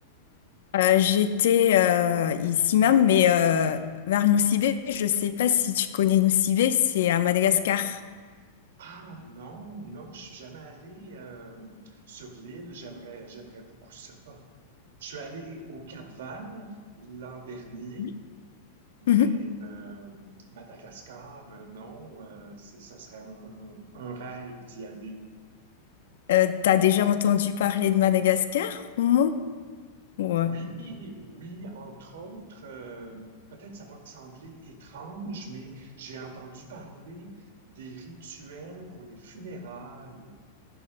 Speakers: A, on the left; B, on the right.
A: Euh, j'étais euh, ici même, mais euh, vers Nocibé, je sais pas si tu connais Nocibé, c'est à Madagascar.
B: Ah non, non, je suis jamais allé euh, sur l'île. J'aimerais, j'aimerais beaucoup ça. Je suis allé au Cap-Vert l'an dernier,
A: Oui.
B: mais
A: Mhm.
B: euh, Madagascar, euh, non, euh, c'est, ça serait un, un- un rêve d'y aller.
A: Euh, t'as déjà entendu parler de Madagascar, au moins? Ouais.
B: Oui, oui, entre autres, euh, peut-être ça va te sembler étrange, mais j'ai entendu parler des rituels pour les funérailles.